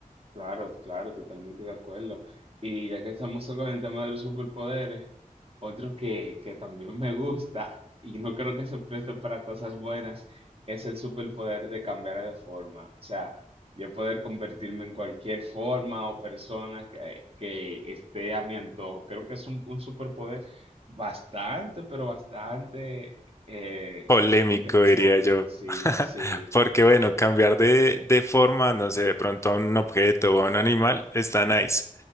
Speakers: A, on the right; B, on the left.
A: Claro, claro, totalmente de acuerdo. Y ya que estamos con el tema de los superpoderes, otro que, que también me gusta y no creo que se preste para cosas buenas es el superpoder de cambiar de forma. O sea, yo poder convertirme en cualquier forma o persona que, que esté a mi antojo. Creo que es un, un superpoder bastante, pero bastante eh,
B: Polémico,
A: interesante,
B: diría yo.
A: sí,
B: <laughs>
A: sí.
B: Porque bueno, cambiar de, de forma, no sé, de pronto a un objeto o a un animal está nice,